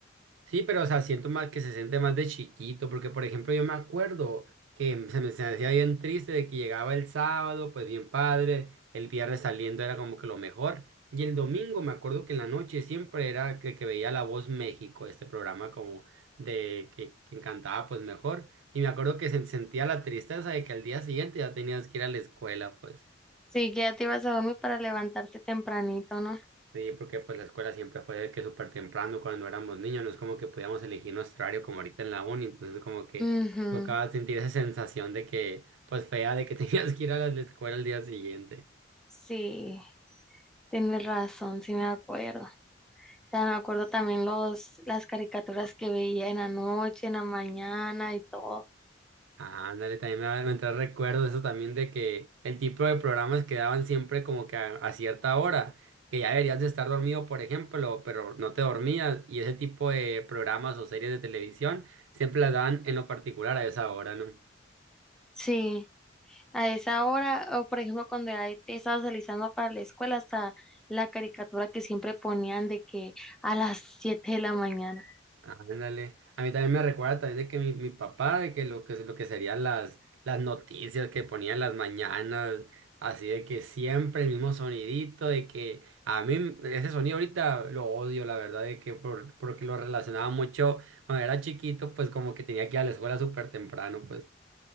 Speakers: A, on the right (about 90°); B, in the centre.
A: Sí, pero o sea, siento más que se siente más de chiquito, porque por ejemplo yo me acuerdo que se me, se me hacía bien triste de que llegaba el sábado, pues bien padre, el viernes saliendo era como que lo mejor, y el domingo me acuerdo que en la noche siempre era que, que veía La Voz México, este programa como de que, que encantaba pues mejor, y me acuerdo que se sentía la tristeza de que al día siguiente ya tenías que ir a la escuela, pues.
B: Sí, que ya te ibas a dormir para levantarte tempranito, ¿no?
A: Sí, porque pues la escuela siempre fue de que súper temprano cuando éramos niños, no es como que podíamos elegir nuestro horario como ahorita en la uni, entonces como que
B: Mhm.
A: tocaba sentir esa sensación de que, pues fea, de que <laughs> tenías que ir a la escuela al día siguiente.
B: Sí, tienes razón, sí me acuerdo. O sea, me acuerdo también los, las caricaturas que veía en la noche, en la mañana y todo.
A: Ah, ándale, también me, va- me trae recuerdos eso también de que el tipo de programas que daban siempre como que a, a cierta hora, que ya deberías de estar dormido, por ejemplo, pero no te dormías, y ese tipo de programas o series de televisión siempre las daban en lo particular a esa hora, ¿no?
B: Sí, a esa hora, o por ejemplo, cuando ya te estabas realizando para la escuela, hasta la caricatura que siempre ponían de que a las 7 de la mañana.
A: Ándale. A mí también me recuerda también de que mi, mi papá, de que lo que lo que serían las, las noticias que ponían las mañanas, así de que siempre el mismo sonidito, de que a mí ese sonido ahorita lo odio, la verdad, de que por, porque lo relacionaba mucho cuando era chiquito, pues como que tenía que ir a la escuela súper temprano, pues